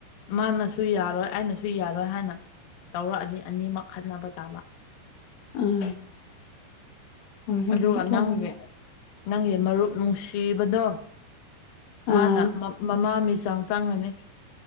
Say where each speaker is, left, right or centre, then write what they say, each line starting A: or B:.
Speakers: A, on the left (about 70°); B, on the left (about 85°).
A: ꯃꯥꯅꯁꯨ ꯌꯥꯔꯣꯏ ꯑꯩꯅꯁꯨ ꯌꯥꯔꯣꯏ ꯍꯥꯏꯅ ꯇꯧꯔꯛꯑꯗꯤ ꯑꯅꯤꯃꯛ ꯈꯠꯅꯕ ꯇꯥꯕ
B: ꯑꯥ ꯂꯣꯏꯔꯦ
A: ꯑꯗꯨꯒ
B: ꯂꯣꯏꯔꯦ ꯂꯣꯏ
A: ꯅꯪꯒꯤ
B: ꯂꯣꯏꯔꯦ
A: ꯅꯪꯒꯤ ꯃꯔꯨꯞ ꯅꯨꯡꯁꯤꯕꯗꯣ ꯃꯥꯅ
B: ꯑꯥ
A: ꯃꯃꯥ ꯃꯤꯆꯥꯡ ꯆꯪꯉꯅꯤ